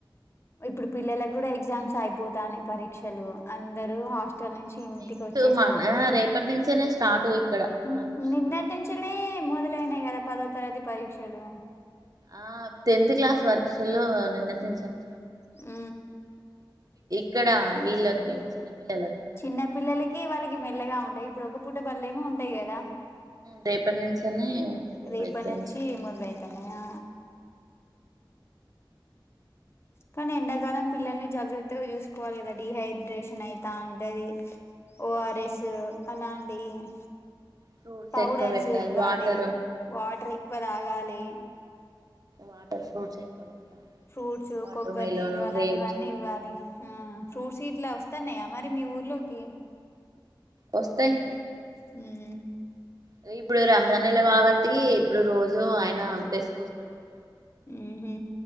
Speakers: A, on the left; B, on the right.
A: ఇప్పుడు పిల్లలకు కూడా ఎగ్జామ్స్ అయిపోతానయ్ పరీక్షలు అందరు హాస్ టల్ నుంచి ఇంటికి
B: నెక్స్ట్
A: వచ్చేస్తా
B: మన
A: ఉంటారు
B: రేపటి నుంచేనే స్టార్ట్ ఇక్కడ
A: ని
B: రాఘుల్
A: నిన్నటి
B: స్కూల్లో
A: నుంచలే మొదలైనయి కదా పదో తరగతి పరీక్షలు
B: ఆ టెన్త్ క్లాస్ పరీక్షలు నినట్ నుంచేలే
A: ఊ
B: ఇక్కడ వీళ్ళకి చిన్నపిల్లలకి
A: చిన్న పిల్లలకి వాళ్ళకి మెల్లగా ఉం టయి ఇప్పుడు ఒక పూట బల్లేమో ఉంటాయి కదా
B: రేపటి నుంచెనీ అబో
A: రేపటి
B: ఎగ్జామ్స్
A: నుంచి మొదలైతున్నాయా కానీ ఎండాకాలం పిల్లల్ని జాగ్రత్తగా చూసుకోవాలి కదా డిహైడ్రేషన్ అయితా ఉంటది. ఓ.
B: అవును
A: ఆర్. ఎస్ అలాంట్ పెయిన్
B: ఫ్రూట్స్
A: పౌడర్స్
B: ఎక్కువ పెట్టాలి
A: ఇవ్వాలి
B: వాటర్
A: వాటర్ ఎక్కువ తాగాలి
B: వాటర్ ఫ్రూట్స్ ఎక్కువ పెట్టాలి
A: ఫ్రూట్స్
B: వాటర్
A: కొబ్బరి
B: మిలోన్
A: నీళ్ళు అలాంటివన్నీ
B: గ్రేప్స్
A: ఇవ్వాలి హా ఫ్రూట్స్
B: అవును
A: ఇట్లా వస్తాన్నాయా మరి మీ ఊర్లోకి
B: వస్తాయ్
A: హుమ్
B: అంటే ఇప్పుడు రంజాన్ నెల కాబట్టి ఇప్పుడు రోజు ఆయన అంపేసుకొస్తడు <inaudible>
A: ఉహు